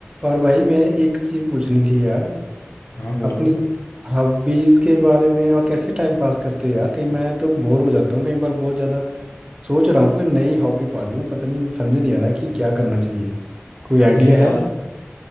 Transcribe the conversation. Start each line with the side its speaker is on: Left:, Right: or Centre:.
Right: और भाई मैंने एक चीज़ पूछनी थी यार
Left: हाँ बोलो
Right: अपनी हॉबीज़ के बारे में और कैसे टाइम पास करते हो यार कहीं मैं तो बोर हो जाता हूँ कई बार बहुत ज़्यादा सोच रहा हूँ कोई नई हॉबी पालूँ पता नहीं समझ नहीं आ रहा कि क्या करना चाहिए कोई आइडिया
Left: अरे यार
Right: है